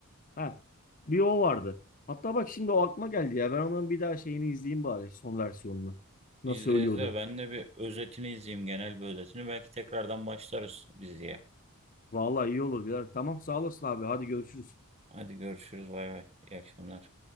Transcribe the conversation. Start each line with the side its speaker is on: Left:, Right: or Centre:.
Left: Ha, bir o vardı. Hatta bak şimdi o aklıma geldi ya. Ben onun bir daha şeyini izleyeyim bari son versiyonunu.
Right: İzle
Left: Nasıl ölüyordu.
Right: izle. Ben de bir özetini izleyeyim. Genel bir özetini. Belki tekrardan başlarız diziye.
Left: Vallahi iyi olur birader. Tamam sağ olasın abi. Hadi görüşürüz.
Right: Hadi görüşürüz. Bay bay. İyi akşamlar.